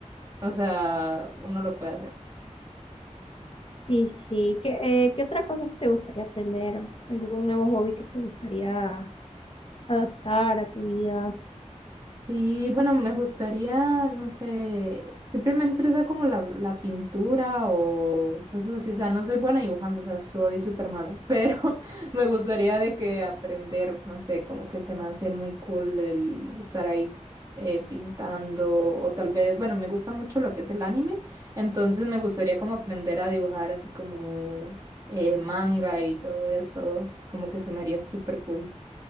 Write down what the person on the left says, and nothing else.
Sí, sí. ¿Qué, eh, qué otra cosa te gustaría aprender? ¿Algún nuevo hobby que te gustaría adaptar a tu vida?